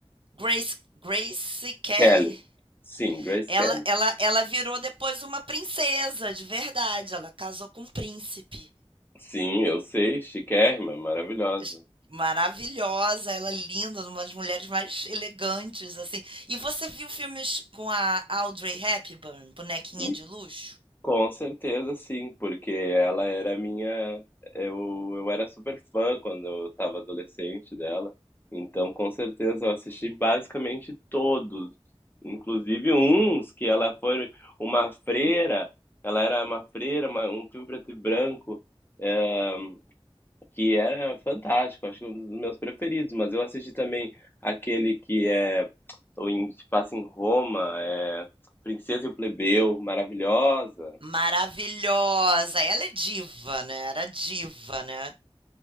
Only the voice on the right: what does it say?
Grace, Grace Kelly,
ela,
ela, ela virou depois uma princesa, de verdade. Ela casou com um príncipe.
es- maravilhosa, ela é linda, uma das mulheres mais elegantes, assim. E você viu filmes com a Audrey Hepburn, bonequinha
de luxo?
Maravilhosa, ela é diva, né? Era diva, né?